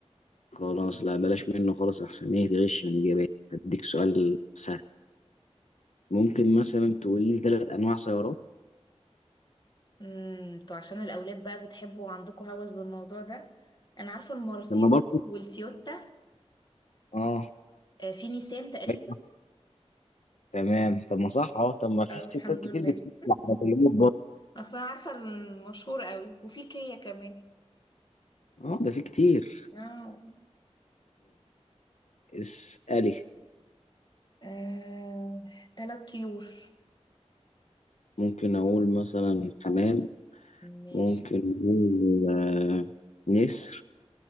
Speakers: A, on the left; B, on the left.
A: خلاص لا بلاش منه خلاص أحسن إيه تغش من إجابات هديك سؤال سهل ممكن مثلا تقولي لي ثلاث أنواع سيارات
B: امم تو عشان الأولاد بقى بتحبوا وعندكم هوس بالموضوع ده أنا عارفة المرسيدس
A: لما برضه
B: والتويوتا
A: اه
B: آه، في نيسان تقريبا
A: بجمع. تمام طب ما صح اه طب ما في
B: آه،
A: ستات
B: الحمد
A: كتير
B: لله
A: بتقول العربيات برضه
B: أصلا عارفة المشهور قوي وفي كيا كمان
A: اه ده في كتير
B: اه
A: اسألي
B: آه، تلات طيور
A: ممكن أقول مثلا حمام
B: ماشي
A: ممكن أقول آه، نسر